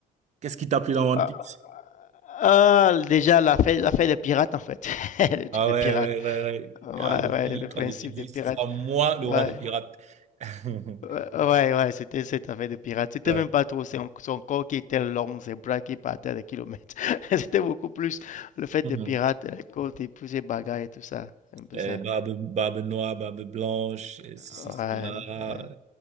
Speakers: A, on the right; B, on the left.
A: Qu'est-ce qui t'a plu dans One
B: Ah,
A: Piece?
B: ah, déjà, la fête, la fête des pirates, en fait. <laughs> le truc
A: Ah
B: des
A: ouais,
B: pirates.
A: ouais, ouais, ouais.
B: Ouais,
A: Ah, Luffy,
B: ouais, le Ah ouais. principe
A: quand Luffy dit,
B: des pirates.
A: ce sera moi le
B: Ouais,
A: roi des pirates. <laughs>
B: ouais, ouais, ouais, c'était cette affaire de pirates. C'était
A: Ouais.
B: même pas trop son, son corps qui était long, ses bras qui partaient à des kilomètres. <laughs> C'était beaucoup plus le fait
A: Mhm.
B: des pirates, les côtes et puis ces bagarres et tout ça. Un peu
A: Euh,
B: ça.
A: barbe, barbe noire, barbe blanche, euh, ceci,
B: Ouais,
A: cela.
B: ouais.